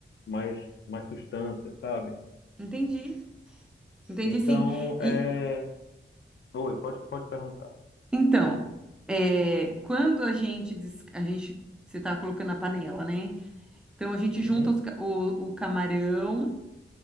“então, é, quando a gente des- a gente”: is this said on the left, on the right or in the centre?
Centre